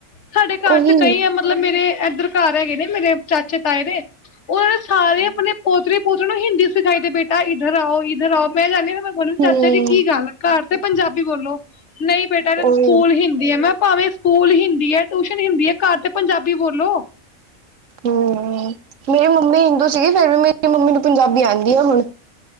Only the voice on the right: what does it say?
ਉਹੀ
ਹਮ
ਉਹੀ
ਹਮ ਮੇਰੀ ਮੰਮੀ ਹਿੰਦੂ ਸੀਗੀ ਫਿਰ ਵੀ ਮੇਰੀ ਮੰਮੀ ਨੂੰ ਪੰਜਾਬੀ ਆਉਂਦੀ ਆ ਹੁਣ।